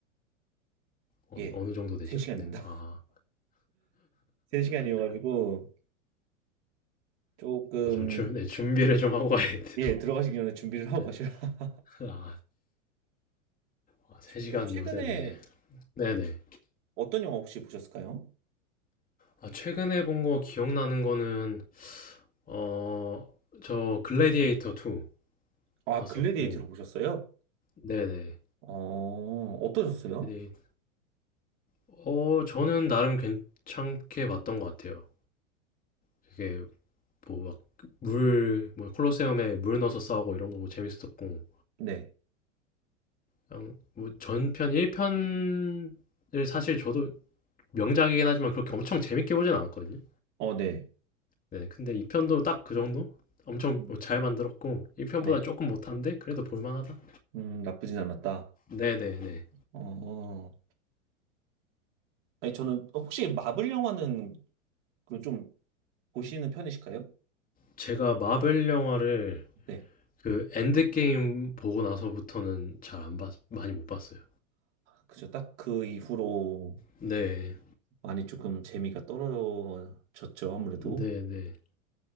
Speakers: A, on the left; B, on the right.
A: 어
B: 예.
A: 어느 정도 되죠?
B: 3시간입니다.
A: 네. 아.
B: 3시간이어가지고, <laughs> 조금,
A: 아 좀 준 네 준비를 좀 하고 가야겠네요.
B: 예, 들어가시기 전에 준비를 하고
A: 네.
B: 가셔야. <laughs>
A: <laughs> 아, 세 시간
B: 그럼 최근에
A: 요새네. 네네.
B: 어떤 영화 혹시 보셨을까요?
A: 아, 최근에 본 거 기억나는 거는, 어, 저 글래디에이터 2
B: 아,
A: 봤었고,
B: 글래디에이터를 보셨어요?
A: 네네.
B: 어, 어떠셨어요?
A: 글래디- 어, 저는 나름 괜찮게 봤던 것 같아요. 그게 뭐 막 물, 뭐 콜로세움에 물 넣어서 싸우고 이런 거 뭐 재밌었고,
B: 네.
A: 그냥 뭐 전편 1편을 사실 저도 명작이긴 하지만 그렇게 엄청 재밌게 보진 않았거든요.
B: 어, 네.
A: 네, 근데 2편도 딱 그 정도? 엄청
B: 음,
A: 뭐잘 만들었고 1편보다
B: 네.
A: 조금 못한데 그래도 볼만하다.
B: 음, 나쁘진 않았다.
A: 네네네.
B: 어, 아니, 저는 혹시 마블 영화는 그좀 보시는 편이실까요?
A: 제가 마블 영화를
B: 네.
A: 그 엔드게임 보고 나서부터는 잘 안 봤, 많이 못 봤어요.
B: 그죠. 딱 그 이후로
A: 네,
B: 많이 조금 재미가 떨어졌죠. 아무래도.
A: 네네.